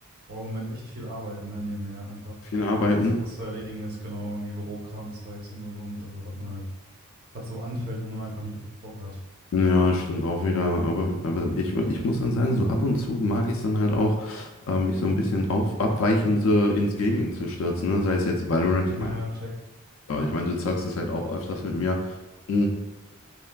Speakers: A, on the right (about 45°); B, on the left (about 65°).
A: boah, im Moment echt viel arbeiten, ne? Nebenher einfach,
B: Viel arbeiten?
A: was, was zu erledigen ist, genau, irgendwie Bürokram, Zeugs und und und. Also, was man halt, was so anfällt, wo man einfach nie drauf Bock hat.
B: Ja, stimmt auch wieder. Aber,
A: Ja.
B: aber ich, ich muss dann sagen, so ab und zu mag ich es dann halt auch, äh, mich so ein bisschen auf, abweichend so ins Gaming zu stürzen. Ne? Sei es jetzt Valorant,
A: Ja,
B: ich meine.
A: check.
B: Ja,
A: Ja.
B: ich meine, du zockst es halt auch öfters mit mir. Mhm.